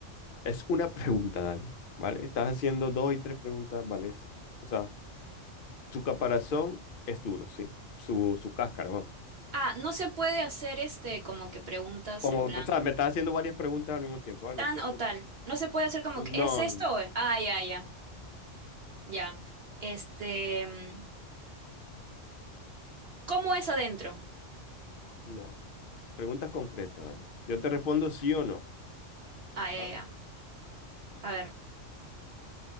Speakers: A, on the left; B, on the right.
A: Es una pregunta, Dani. ¿Vale? Estás haciendo dos y tres preguntas, ¿vale? Sí. O sea, su caparazón es duro, sí. Su, su cáscara, vamos.
B: Ah, no se puede hacer este como que preguntas
A: Como,
B: en plan
A: o sea, me estás haciendo varias preguntas al mismo tiempo, ¿vale?
B: tan
A: Entonces,
B: o tal. No se puede hacer como
A: no,
B: que ¿es esto?
A: no.
B: o es-?". Ah, ya, ya, ya. Este, mm, ¿cómo es adentro?
A: no. Preguntas concretas, Dani. Yo te respondo sí o no.
B: Ah, ya,
A: ¿ah?
B: ya. A ver.